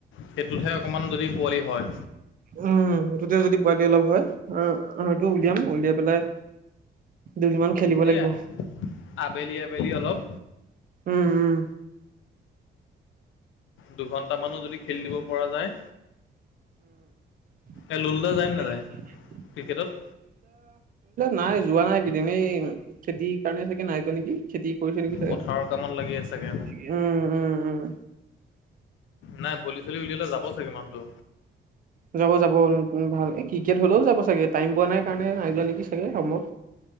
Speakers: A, on the left (about 85°); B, on the right (about 45°).
A: সেইটোতহে অকমান যদি পোৱালি হয়।
B: উম সেইটোতে যদি পোৱালি অলপ হয়, আহ সেইটো উলিয়াম, উলিয়াই পেলাই। দুদিনমান খেলিব লাগিব,
A: এয়া আবেলি আবেলি অলপ
B: উম উম।
A: দুঘণ্টা মানো যদি খেলি দিব পৰা যায়।
B: <unintelligible>
A: এ লুলুদা যায় নে নাযায় ক্ৰিকেটত
B: নাই যোৱা নাই। দিনে, খেতি কাৰণে চাগে নাই কৰি নেকি, খেতি কৰিছে নেকি চাগে,
A: পথাৰৰ কামত লাগি আছে চাগে
B: উম উম উম।
A: নাই ভলি চলি উলিয়ালে যাব চাগে মানুটো।
B: যাব যাব উম ভাল এই ক্ৰিকেট হলেও যাব চাগে টাইম পোৱা নাই কাৰণে নাই যোৱা নেকি চাগে সম।